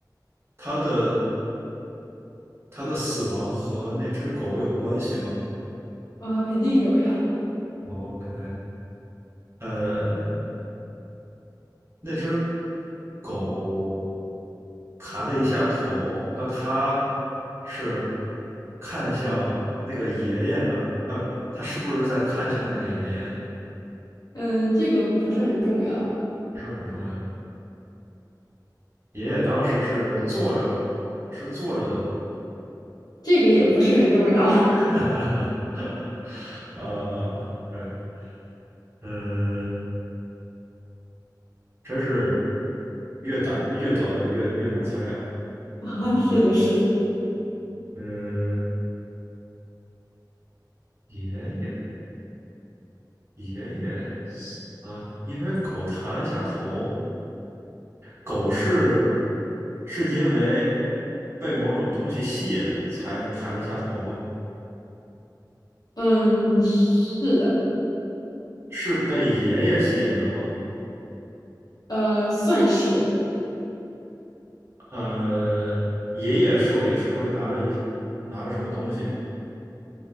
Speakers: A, on the right; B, on the left.
A: 他的他的死亡和那只狗有关系吗
B: 啊，肯定有呀。
A: ？OK，呃，那只狗抬了一下头，那它是看向那个爷爷呢？呃，它是不是在看向那个爷爷呢？
B: 嗯，这个不是很重要，
A: 不是很重要。爷爷当时是坐着，是坐着的嘛，
B: 这个也不是很重要
A: <laughs> 呃，对，呃，真是越短越短越越难猜啊。
B: <laughs> 啊。
A: 嗯，
B: 是的，是的，
A: 呃，爷爷爷爷，呃，因为狗抬了一下头，狗是是因为被某种东西吸引才抬了一下头吗？
B: 嗯，是的，
A: 是被爷爷吸引的吗？
B: 呃，算是，
A: 呃，爷爷手里是不是拿着一拿着什么东西？